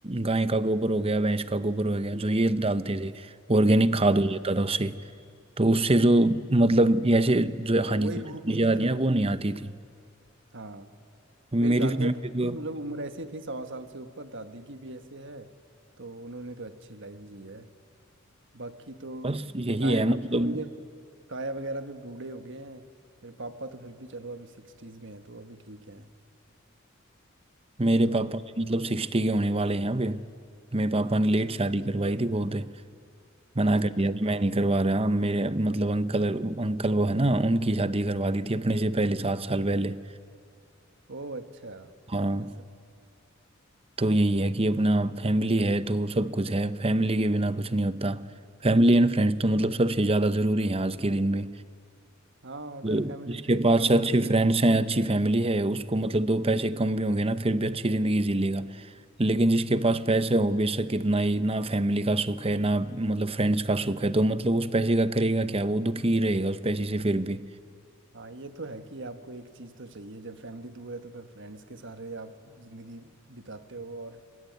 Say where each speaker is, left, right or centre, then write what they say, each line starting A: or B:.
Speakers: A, on the right; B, on the right.
A: गाय का गोबर हो गया भैंस का गोबर हो गया जो ये डालते थे ऑर्गेनिक
B: हाँ
A: खाद हो जाता था उससे तो उससे जो मतलब ये ऐसे जो हानिकारक
B: वही बहुत
A: चीजें
B: होती
A: आ रही
B: थी
A: हैं वो नहीं आती थी
B: हाँ
A: मेरी
B: मेरे दादा
A: फैमिली
B: की
A: तो
B: भी मतलब उम्र ऐसी थी सौ साल से ऊपर दादी की भी ऐसे है तो उन्होंने तो अच्छी लाइफ जी है बाकी तो
A: बस यही
B: ताया
A: है मतलब
B: अब तो मेरे ताया वगैरह भी बूढ़े हो गए हैं मेरे पापा तो फिर भी चलो अभी सिक्सटीज में हैं तो अभी ठीक है
A: मेरे
B: तो
A: पापा मतलब सिक्सटी के होने वाले हैं अभी मेरे पापा ने लेट शादी करवाई थी बहुत मना
B: अच्छा
A: कर
B: अच्छा
A: दिया कि मैं नहीं करवा रहा मेरे मतलब अंकल अंकल वो है ना उनकी शादी करवा दी थी अपने से पहले सात साल पहले
B: ओ अच्छा
A: हाँ
B: ऐसा
A: तो यही है कि अपना फैमिली है तो सब कुछ है फैमिली के बिना कुछ नहीं होता फैमिली एंड फ्रेंड्स तो मतलब सबसे ज़्यादा ज़रूरी है आज के दिन में
B: हाँ अगर
A: तो
B: फैमिली
A: जिसके
B: फ्रेंड्स
A: पास
B: ना हो
A: अच्छे
B: तो
A: फ्रेंड्स हैं अच्छी फैमिली है उसको मतलब दो पैसे कम भी होंगे ना फिर भी अच्छी ज़िंदगी जी लेगा लेकिन जिसके पास पैसे हो बेशक कितना ही ना फैमिली का सुख है ना मतलब फ्रेंड्स का सुख है तो मतलब उस पैसे का करेगा क्या वो दुखी ही रहेगा उस पैसे से फिर भी
B: हाँ ये तो है कि आपको एक चीज़ तो चाहिए जब फैमिली दूर है तो फिर फ्रेंड्स के सारे आप जिंदगी बिताते हो और